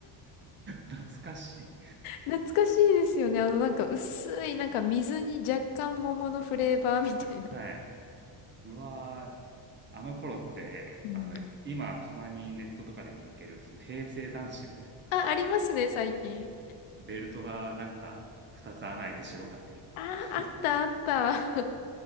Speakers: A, on the right; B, on the left.
A: 懐かしい。
B: 懐かしいですよね。あの、なんか、薄い、なんか、水に若干桃のフレーバーみたいな。
A: はい。うわー、あの頃って、
B: うん。
A: あの、今たまにネットとかで見かける、その平成男子みたいな、
B: あ、ありますね、
A: あの、
B: 最近。
A: ベルトがなんか2つ穴開いて白かったりとか、
B: あー、あった、
A: <laughs>
B: あった。